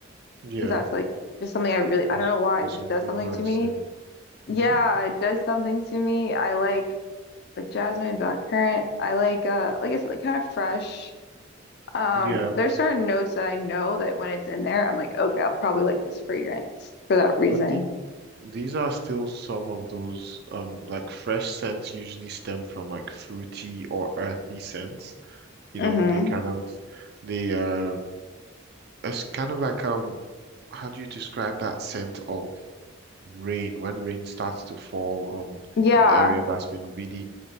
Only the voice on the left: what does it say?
Cause that's like just something I really I
don't know why
it just
does something
to me.
Yeah,
it does something to me. I like like jasmine, blackcurrant. I like uh like I said like kind of fresh. Um,
there's certain notes that I know that when it's in there, I'm like, okay, I'll probably like this fragrance for that reason.
Mm-hmm.
Yeah,